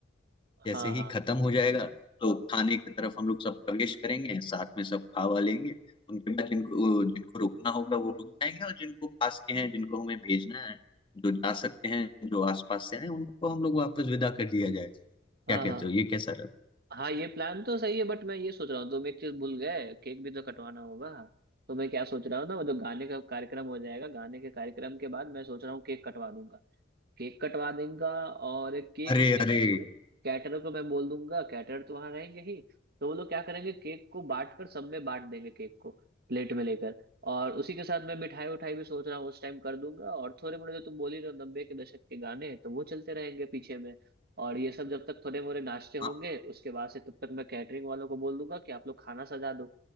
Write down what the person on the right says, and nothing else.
हाँ
हाँ
हाँ
हाँ
हाँ ये प्लान तो सही है बट मैं ये सोच रहा हूँ तुम एक चीज भूल गए केक भी तो कटवाना होगा तो मैं क्या सोच रहा हूँ ना मतलब गाने का कार्यक्रम हो जाएगा गाने के कार्यक्रम के बाद मैं सोच रहा हूँ केक कटवा लूंगा केक कटवा देगा और केक
उसके
बाद से कैटरर को मैं बोल दूंगा कैटरर तो वहां रहेंगे ही तो वो लोग क्या करेंगे केक को बांट कर सब में बांट देंगे केक को प्लेट में लेकर और उसी के साथ मैं मिठाई उठाई भी सोच रहा हूँ उस टाइम कर दूंगा और थोड़े मोड़े जो तुम बोल ही रहे हो नब्बे के दशक के गाने तो वो चलते रहेंगे पीछे में और ये सब जब तक थोड़े मोड़े नाश्ते होंगे
उसके बाद से तब तक मैं कैटरिंग वालों को बोल दूंगा कि आप लोग खाना सजा दो